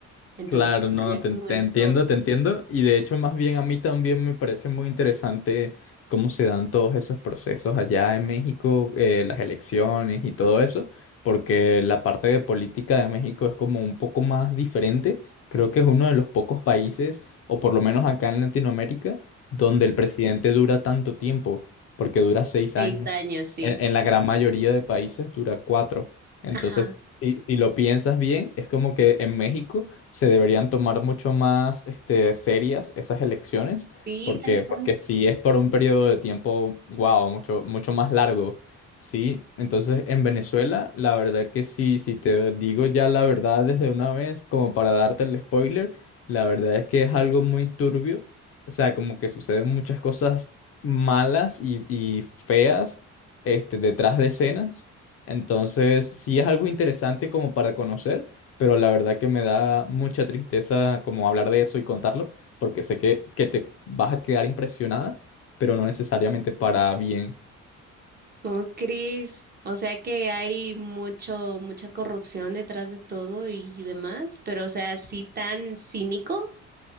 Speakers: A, on the right; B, on the left.
A: Entonces,
B: Claro, no,
A: allá
B: te,
A: como
B: te
A: esto,
B: entiendo, te entiendo. Y de hecho, más bien a mí también me parece muy interesante cómo se dan todos esos procesos allá en México, eh, las elecciones y todo eso, porque la parte de política de México es como un poco más diferente. Creo que es uno de los pocos países, o por lo menos acá en Latinoamérica, donde el presidente dura tanto tiempo, porque dura seis
A: seis
B: años.
A: años, sí.
B: En, en la gran mayoría de países dura cuatro. Entonces
A: Ajá,
B: Si, si lo piensas bien, es como que en México se deberían tomar mucho más este, serias esas elecciones,
A: sí,
B: porque,
A: tal
B: porque
A: cual.
B: si es por un periodo de tiempo, wow, mucho, mucho más largo, ¿sí? Entonces, en Venezuela, la verdad que sí, si te digo ya la verdad desde una vez, como para darte el spoiler, la verdad es que es algo muy turbio, o sea, como que suceden muchas cosas malas y, y feas este, detrás de escenas. Entonces, sí es algo interesante como para conocer, pero la verdad que me da mucha tristeza como hablar de eso y contarlo, porque sé que, que te vas a quedar impresionada, pero no necesariamente para bien.
A: ¿Cómo crees? O sea que hay mucho, mucha corrupción detrás de todo y demás, pero o sea, así tan cínico.